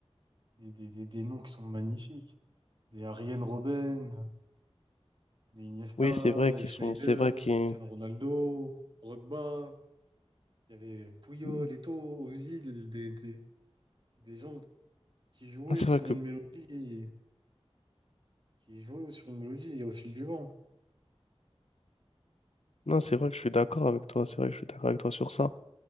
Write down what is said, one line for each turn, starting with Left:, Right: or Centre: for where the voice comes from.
Right: des, des, des, des noms qui sont magnifiques. Des Arjen Robben, des Iniesta,
Left: Oui, c'est vrai qu'ils
Right: des Schneider,
Left: sont, c'est vrai qu'ils,
Right: Cristiano Ronaldo, Drogba. Il y avait Puyol,
Left: non,
Right: Eto'o, Ozil, des, des, des gens qui jouaient
Left: c'est
Right: sur
Left: vrai que,
Right: une mélodie qui est joué sur une mélodie et au fil du vent.
Left: non, c'est vrai que je suis d'accord avec toi. C'est vrai que je suis d'accord avec toi sur ça.